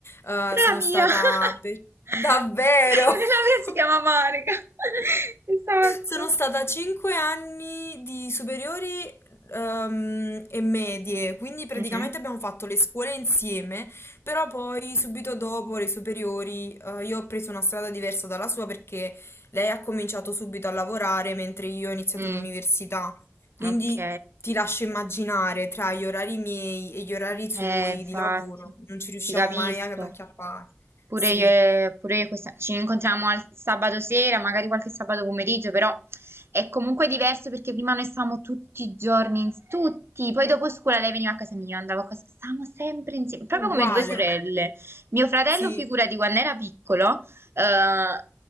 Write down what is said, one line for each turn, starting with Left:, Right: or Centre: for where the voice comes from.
Left: eh,
Right: Pure
Left: sono
Right: la mia.
Left: stata
Right: <laughs>
Left: per- davvero
Right: Pure
Left: <laughs>
Right: la mia si chiama Monica. <laughs> Esatto.
Left: Sono stata 5 anni di superiori ehm, e medie, quindi praticamente
Right: Mhm.
Left: abbiamo fatto le scuole insieme, però poi subito dopo le superiori eh, io ho preso una strada diversa dalla sua perché lei ha cominciato subito a lavorare mentre io ho iniziato
Right: Mm,
Left: l'università, quindi
Right: ok,
Left: ti lascio immaginare tra gli orari miei e gli orari suoi
Right: eh, infatti,
Left: di lavoro, non ci riusciamo
Right: ti capisco.
Left: mai ad acchiappare.
Right: Pure
Left: Sì,
Right: io, e- pure io questa- ci incontriamo al sabato sera, magari qualche sabato pomeriggio, però è comunque diverso perché prima noi stavamo tutti i giorni, ins- tutti, poi dopo scuola lei veniva a casa mia, io andavo a casa, stavamo sempre insieme, proprio
Left: uguale.
Right: come due sorelle. Mio fratello,
Left: Sì,
Right: figurati, quando era piccolo, eh,